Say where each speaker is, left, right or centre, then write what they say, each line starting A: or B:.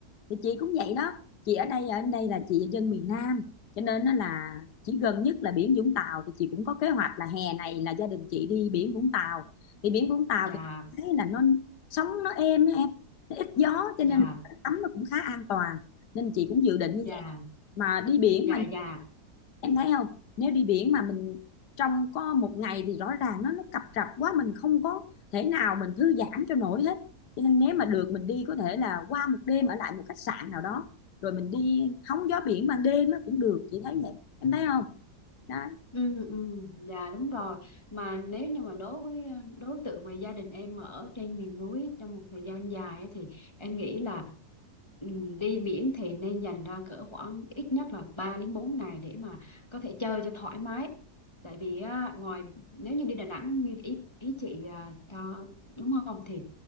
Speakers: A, on the left (about 80°); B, on the left (about 15°).
A: Thì chị cũng vậy đó Chị ở đây ở đây là chị dân miền Nam Cho nên nó là chỉ gần nhất là biển Vũng Tàu Thì chị cũng có kế hoạch là hè này là gia đình chị đi biển Vũng Tàu Thì biển Vũng Tàu
B: dạ
A: thì thấy là nó sóng nó êm á em nó ít gió cho
B: dạ
A: nên tắm nó cũng khá an toàn nên chị cũng dự định
B: dạ
A: như vậy mà đi biển
B: dạ
A: mà
B: dạ
A: em thấy không nếu đi biển mà mình trong có một ngày thì rõ ràng nó nó cập rập quá mình không có thể nào mình thư giãn cho nổi hết cho nên nếu mà được mình đi có thể là qua một đêm ở lại một khách sạn nào đó rồi mình đi hóng gió biển ban đêm nó cũng được chị thấy vậy em thấy không đó
B: Ừ, ừ, dạ đúng rồi mà nếu như mà đối với ờ, đối tượng mà gia đình em ở trên miền núi trong một thời gian dài ấy, thì em nghĩ là ừ, đi biển thì nên dành ra cỡ khoảng ít nhất là 3 đến 4 ngày để mà có thể chơi cho thoải mái tại vì á, ngoài nếu như đi Đà Nẵng như ý ý chị à, cho đúng không thì